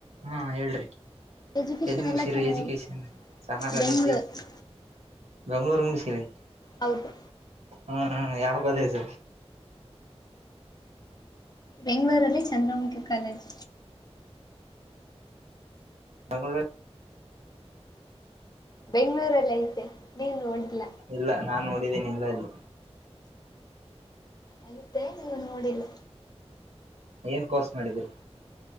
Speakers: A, on the right; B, on the left.
A: ಹಾ ಹೇಳ್ರಿ
B: ಎಜುಕೇಷನ್
A: ಎಲ್ಲಿ ಮುಗಿಸಿರಿ
B: ಎಲ್ಲ ಚೆನ್ನಾಗೈತ
A: ಎಜುಕೇಶನ್ ಸನಾನಾಗೈತಿ
B: ಬೆಂಗಳೂರು
A: ಬೆಂಗಳೂರು ನೂ ಮುಗಿಸೇನೆ
B: ಹೌದು
A: ಹ್ಮ್ ಹ್ಮ್ ಯಾವ ಕಲೇಜ
B: ಬೆಂಗಳೂರುರಲ್ಲಿ ಚಂದ್ರಮುಖಿ ಕಾಲೇಜು
A: ಬಂಗೋಳೇ
B: ಬೆಂಗಳೂರಲ್ ಐತೆ ನೀನ್ ನೋಡಿಲ್ಲ
A: ಇಲ್ಲ ನಾನ್ ನೋಡಿದ್ದೇನೆ ಇಲ್ಲ ಇಲ್ಲಿ
B: ಆಯಿತೇ ನೀವ ನೋಡಿಲ್ಲ
A: ಏನ್ ಕೋರ್ಸ್ ಮಾಡಿದರು